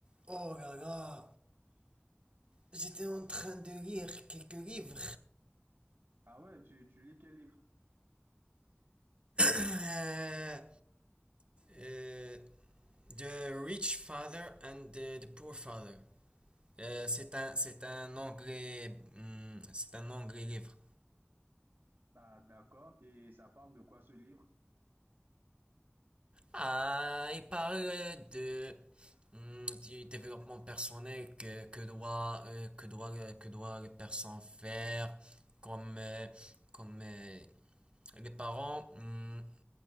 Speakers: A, on the right; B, on the right.
A: Oh là là, j'étais en train de lire quelques livres.
B: Ah ouais, tu, tu lis quel livre?
A: Euh, euh, The Rich Father and the, the Poor Father. Euh, c'est un, c'est un anglais, hum, c'est un anglais livre.
B: Ah, d'accord. Et ça parle de quoi ce livre?
A: Ah, il parle de hum, du développement personnel que, que doit euh, que doit le- que doit les personnes faire, comme euh, comme euh, les parents hum,